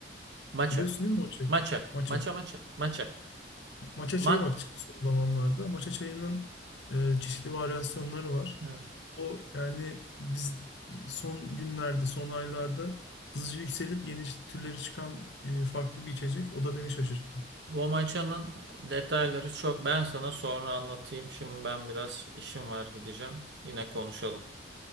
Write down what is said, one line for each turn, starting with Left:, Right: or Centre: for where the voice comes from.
Right: Maça,
Left: Biliyorsun değil mi o çayı?
Right: maça,
Left: Maça.
Right: maça, maça, maça,
Left: Maça
Right: maça.
Left: çayı bak çıktı son zamanlarda. Maça çayının e, çeşitli varyasyonları var.
Right: Evet.
Left: O yani biz son günlerde, son aylarda hızlıca yükselip yeni türleri çıkan e, farklı bir içecek. O da beni şaşırttı.
Right: Bu maçanın detayları çok. Ben sana sonra anlatayım. Şimdi ben biraz işim var gideceğim. Yine konuşalım.